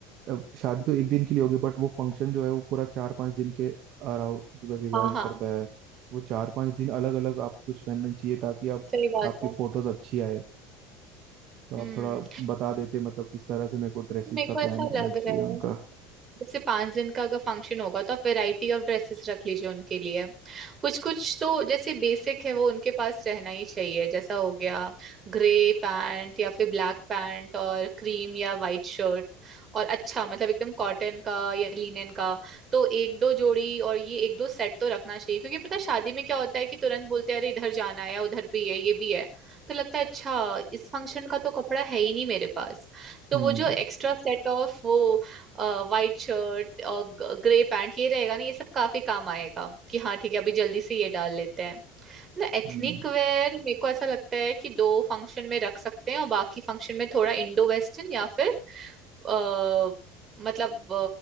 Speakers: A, on the right; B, on the right.
A: अ, शादी तो एक दिन के लिए होगी बट वो फंक्शन जो है वो पूरा चार पांच दिन के अराउंड रिवॉल्व
B: हाँ हाँ
A: करता है वो चार पांच दिन अलग अलग आपको कुछ पहनना चाहिए ताकि आप
B: सही बात
A: आपकी
B: है
A: फोटोज अच्छी आए तो
B: हम्म
A: आप थोड़ा बता देते मतलब किस तरह से मेरे को ड्रेसेस
B: तो मेरे
A: का
B: को ऐसा
A: प्लान करना
B: लग
A: चाहिए
B: रहा
A: उनका
B: है जैसे पांच दिन का अगर फंक्शन होगा तो आप वैरायटी ऑफ ड्रेसेस रख लीजिए उनके लिए कुछ कुछ तो जैसे बेसिक है वो उनके पास रहना ही चाहिए जैसा हो गया ग्रे पैंट या फिर ब्लैक पैंट और क्रीम या वाइट शर्ट और अच्छा मतलब एकदम कॉटन का या लिनन का तो एक दो जोड़ी और ये एक दो सेट तो रखना चाहिए क्योंकि पता है शादी में क्या होता है कि तुरंत बोलते हैं अरे इधर जाना है या उधर भी है ये भी है तो लगता है अच्छा इस फंक्शन का तो कपड़ा है ही नहीं मेरे पास तो
A: हम्म
B: वो जो एक्स्ट्रा सेट ऑफ वो वाइट शर्ट और ग्रे पैंट ये रहेगा ना ये सब काफी काम आएगा कि हाँ ठीक है अभी जल्दी से ये डाल लेते हैं ना एथनिक
A: हम्म
B: वेयर मेरे को ऐसा लगता है कि दो फंक्शन में रख सकते हैं और बाकी फंक्शन में थोड़ा इंडो वेस्टर्न या फिर अ, मतलब